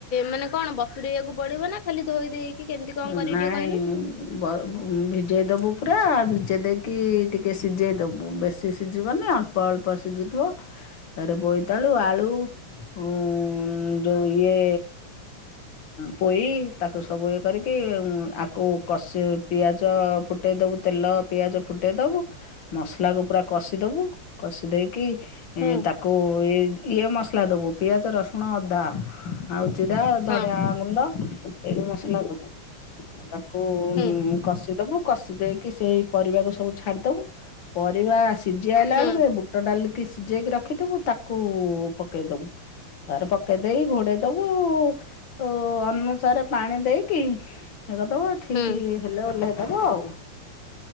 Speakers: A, on the left (about 85°); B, on the left (about 65°).
A: ମାନେ କଣ ବତୁରେଇବାକୁ ପଡିବ ନା ଖାଲି ଧୋଇ ଦେଇ କି କେମ୍ତି କଣ
B: ନାଇଁ
A: କରିବି ଟିକେ କହିଲୁ?
B: ବ ଭିଜେଇ ଦେବୁ ପୁରା ଭିଜେଇ ଦେଇକି ଟିକେ ସିଝେଇ ଦେବୁ ବେଶୀ ସିଝିବନି ଅ ଳ୍ପ ଅଳ୍ପ ସିଝି ଥିବ ତାର ବୋଇତାଳୁ, ଆଳୁ ଉଁ ଯଉ ଇଏ ପୋଇ ତାକୁ ସବୁ କରିକି ଆକୁ କଷି ପିଆଜ ଫୁଟେଇ ଦବୁ ତେଲ ପିଆଜ ଫୁଟେଇ ଦବୁ ମସ୍ଲା କୁ ପୁରା କଷି ଦବୁ କଷି ଦେଇକି
A: ହୁଁ।
B: ଏଁ ତାକୁ ଏଇ ଇଏ ମସ୍ଲା ଦେବୁ ପିଆଜ, ରସୁଣ, ଅଦା ଆଉ ଜିରା
A: ହଁ
B: ଧଣିିଆ ଗୁଣ୍ଡ ଏଇ ମସଲା ଦ କଉ
A: ହୁଁ।
B: କଷିଦବୁ କଷି ଦେଇକି ସେଇ ପରିବାକୁ ସ ସବୁ ଛାଡିଦବୁ ପରିବା ସିଝି ଆଇଲା
A: ହୁଁ
B: ବେଳକୁ ଏ ବୁଟ ଡାଲିକି ସିଜେଇକି ରଖିଦବୁ ତାକୁ ପକେଇଦବୁ ତା ପରେ ପକେଇ ଦେଇକି ଘୋଡେଇ ଦବୁ ଅ ଅନୁସାରେ ପାଣି ଦେଇ କି ହେ କରିଦବ ଠିକି
A: ହୁଁ
B: ହେଲେ ଓହ୍ଲେଇ ଦବ ଆଉ।